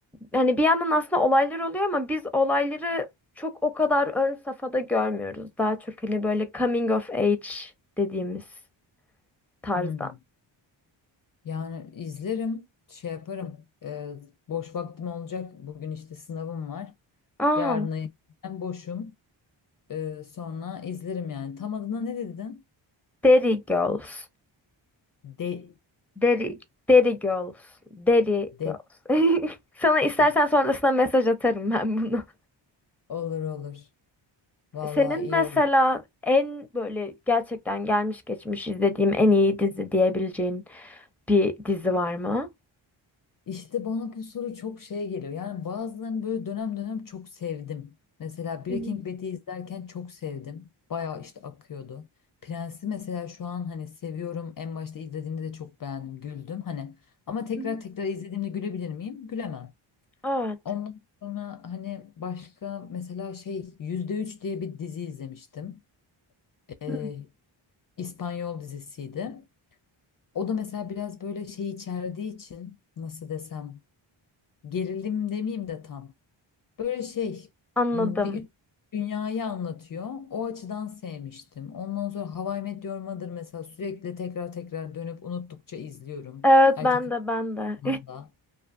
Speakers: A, in the centre; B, on the left (about 45°).
A: Hani bir yandan aslında olaylar oluyor ama biz olayları çok o kadar ön safhada görmüyoruz. Daha çok hani böyle coming of age dediğimiz tarzdan.
B: Hmm. Yani izlerim, şey yaparım. Ee, boş vaktim olacak. Bugün işte sınavım var.
A: Aa,
B: Yarına ben boşum. Ee, sonra izlerim yani. Tam adına ne dedin?
A: Derry Girls.
B: De,
A: Derry, Derry Girls. Derry
B: De.
A: Girls. <laughs> Sana istersen
B: de.
A: sonrasında mesaj atarım ben bunu.
B: Olur olur. Vallahi
A: Senin
B: iyi
A: mesela
B: olur.
A: en böyle gerçekten gelmiş geçmiş izlediğim en iyi dizi diyebileceğin bir dizi var mı?
B: İşte bana bu soru çok şey geliyor. Yani bazılarını böyle dönem dönem çok sevdim. Mesela Breaking
A: Hı hı.
B: Bad'i izlerken çok sevdim. Bayağı işte akıyordu. Prens'i mesela şu an hani seviyorum. En başta izlediğimde de çok beğendim, güldüm. Hani ama tekrar
A: Hı hı.
B: tekrar izlediğimde gülebilir miyim? Gülemem.
A: Evet.
B: Ondan sonra hani başka mesela şey %3 diye bir dizi izlemiştim. Ee,
A: Hı.
B: İspanyol dizisiydi. O da mesela biraz böyle şey içerdiği için nasıl desem gerilim demeyeyim de tam. Böyle şey
A: Anladım.
B: hmm, bir üç dünyayı anlatıyor. O açıdan sevmiştim. Ondan sonra How I Met Your Mother mesela sürekli tekrar tekrar dönüp unuttukça izliyorum.
A: Evet
B: Erkek
A: ben de ben de.
B: Arkadaşlar'dan da.